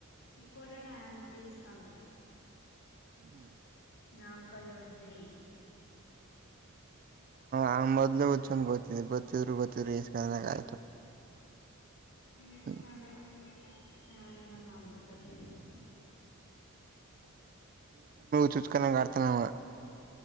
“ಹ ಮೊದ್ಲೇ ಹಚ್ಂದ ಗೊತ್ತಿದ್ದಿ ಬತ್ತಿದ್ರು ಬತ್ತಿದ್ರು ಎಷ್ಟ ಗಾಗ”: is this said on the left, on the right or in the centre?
Right